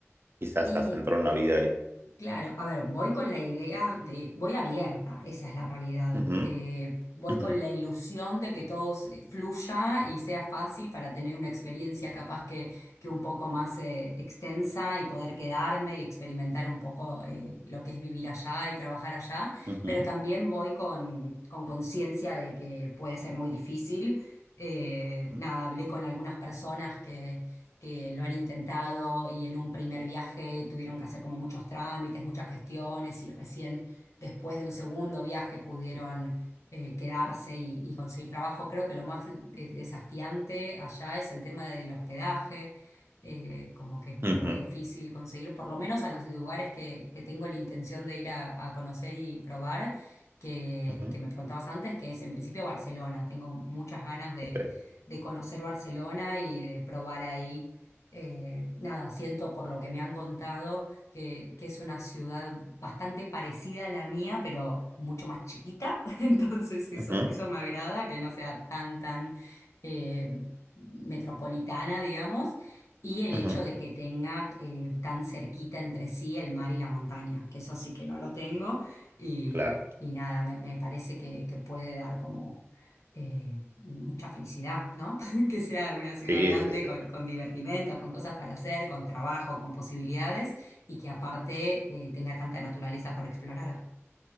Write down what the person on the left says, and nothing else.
Y
Claro, a ver, voy con la idea de, voy abierta, esa es la realidad.
Eh, voy
con la ilusión de que todo se- fluya y sea fácil para tener una experiencia capaz que, que un poco más eh, extensa y poder quedarme y experimentar un poco eh, lo que es vivir allá y trabajar allá,
pero también voy con, con conciencia de que puede ser muy difícil. Eh,
nada, hablé con algunas personas que lo han intentado y en un primer viaje tuvieron que hacer como muchos trámites, muchas gestiones y recién después de un segundo viaje pudieron eh, quedarse y, y conseguir trabajo. Creo que lo más de- desafiante allá es el tema del hospedaje, eh, como que es muy,
es muy difícil conseguir, por lo menos a los lugares que, que tengo la intención de ir a, a conocer y probar. Que,
que me preguntabas antes, que es en principio Barcelona. Tengo muchas ganas de,
de conocer Barcelona y de probar ahí eh, nada, siento por lo que me han contado que, que es una ciudad bastante parecida a la mía, pero mucho más chiquita. <laughs> Entonces eso,
eso me agrada, que no sea tan, tan eh, metropolitana, digamos. Y el
hecho de que tenga eh, tan cerquita entre sí el mar y la montaña, que eso sí que no lo tengo. Y,
y nada, me, me parece que, que puede dar como eh, mucha felicidad, ¿no? que sea una ciudad
grande
con,
con divertimentos, con cosas para hacer, con trabajo, con posibilidades y que aparte eh, tenga tanta naturaleza por explorar.